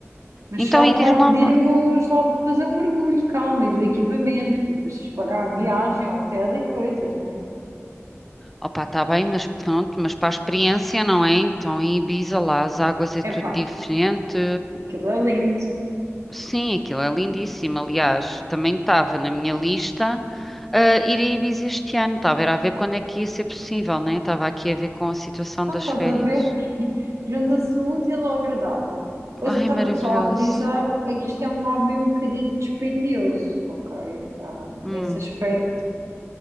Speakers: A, on the right; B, in the centre.
A: Mas
B: Então
A: só
B: aí
A: a parte
B: diz-me lá
A: de
B: uma...
A: irmos lá para fazer um mergulho, calma, e do equipamento, depois tens de pagar a viagem, hotel e coisas, né?
B: Opa, está bem, mas pronto, mas para a experiência, não é? Então em Ibiza lá as águas é
A: Epá,
B: tudo diferente.
A: aquilo é lindo.
B: Sim, aquilo é lindíssimo. Aliás, também estava na minha lista ah, ir a Ibiza este ano. Estava era a ver quando é que ia ser possível, né? Estava aqui a ver com a situação
A: Então,
B: das
A: estás
B: férias.
A: a ver? <laughs> Junta-se o útil ao agradável. Eu
B: Ai,
A: estava-te
B: maravilhoso.
A: só a avisar, é que isto é um hobby um bocadinho dispendioso, ok? Ah, nesse
B: Hum.
A: aspecto.